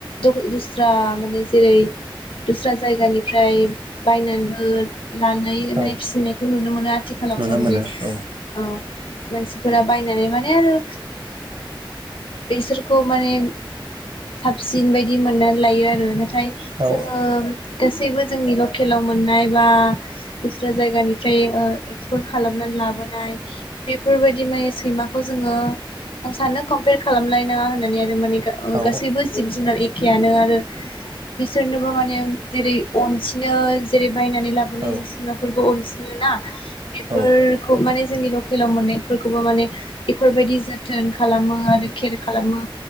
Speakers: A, on the left (about 70°); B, on the right (about 70°).
A: दु-दुस्रा माने जेरै दुस्रा जायगानिफ्राय बायनानैबो लानो नाय
B: औ
A: माने फिसिनायखौ नुनो मोनो आथिखालावथ'
B: नुनो
A: माने
B: मोनो
A: ओ
B: औ
A: मानसिफोरा बायनानै माने आरो बेसोरखौ माने साबसिन बायदि मोननानै लायो आरो नाथाय
B: औ
A: जोंङो गासै गासैबो जोंनि लकेलाव मोननाय बा दस्रा जायगानिफ्राय ओ एक्सपर खालामनानै लाबोनाय बेफोरबायदि माने सैमाखौ जोङो आं सानो कमपेयार खालामलायनाङा होननानै आरो माने ओ
B: औ
A: गासैबो जिब जुनार ए खेयानो आरो बिसोरनोबो माने जेरै अनसिनो जेरै बायनानै लाबोनाय
B: औ
A: फोरखौ अनसिनो ना? बेफोरखौ
B: औ
A: माने जोंनि लकेलाव मोननायफोरखौबो माने बेफोरबायदि जोथोन खालामो आरो केयार खालामो